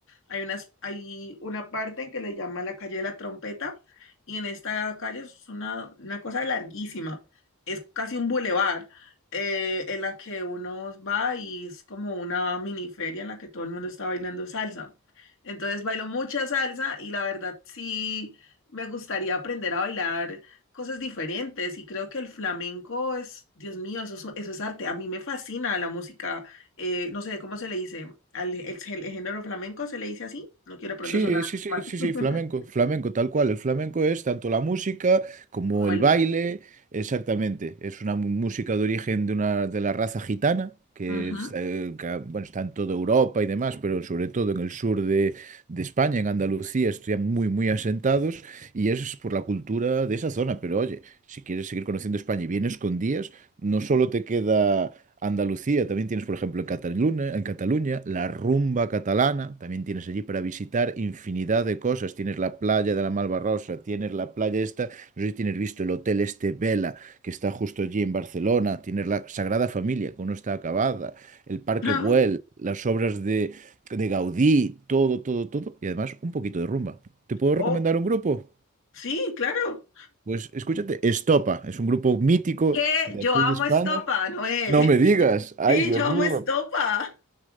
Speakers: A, on the left; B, on the right.
A: Hay, unas, hay una parte en que le llaman la calle de la trompeta y en esta calle es una, una cosa larguísima, es casi un bulevar eh, en la que uno va y es como una mini feria en la que todo el mundo está bailando salsa. Entonces bailo mucha salsa y la verdad sí me gustaría aprender a bailar cosas diferentes y creo que el flamenco es, Dios mío, eso, es- eso es arte. A mí me fascina la música eh, no sé, ¿cómo se le dice? Al ex- el género flamenco se le dice así. No quiero de pronto
B: Sí,
A: sonar
B: sí, sí,
A: mal,
B: sí, sí,
A: <laughs>
B: flamenco, flamenco, tal cual. El flamenco es tanto la música como
A: como
B: el
A: el
B: baile,
A: baile.
B: exactamente. Es una mu- música de origen de una de la raza gitana, que
A: Ujú.
B: es, eh, que, bueno, está en toda Europa y demás, pero sobre todo en el sur de, de España, en Andalucía, están muy, muy asentados y eso es por la cultura de esa zona. Pero oye, si quieres seguir conociendo España y vienes con días, no solo te queda Andalucía, también tienes, por ejemplo, en Cataluña, en Cataluña, la rumba catalana, también tienes allí para visitar infinidad de cosas. Tienes la playa de la Malvarrosa, tienes la playa esta, no sé si tienes visto el hotel este Vela, que está justo allí en Barcelona, tienes la Sagrada Familia, que aún no está acabada, el Parque
A: Ah,
B: Güell, las obras de, de Gaudí, todo, todo, todo, y además un poquito de rumba. ¿Te puedo recomendar
A: Oh,
B: un grupo?
A: sí, claro.
B: Pues escúchate, Estopa, es un grupo mítico
A: Que
B: de
A: yo
B: aquí
A: amo
B: de España.
A: estopa, Noel.
B: No me digas,
A: <laughs>
B: ay
A: Sí,
B: Dios
A: yo amo
B: mío.
A: estopa.